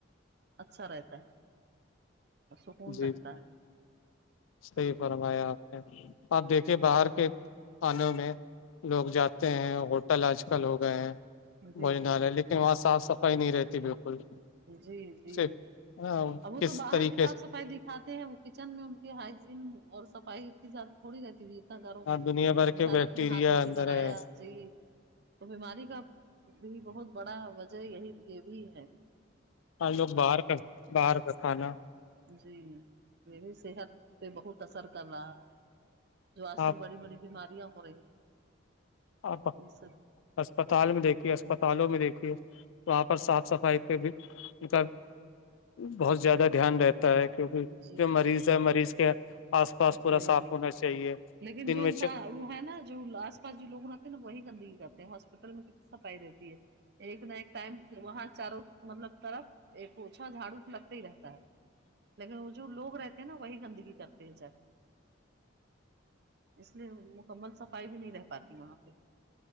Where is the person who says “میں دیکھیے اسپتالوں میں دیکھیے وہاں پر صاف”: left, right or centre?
Left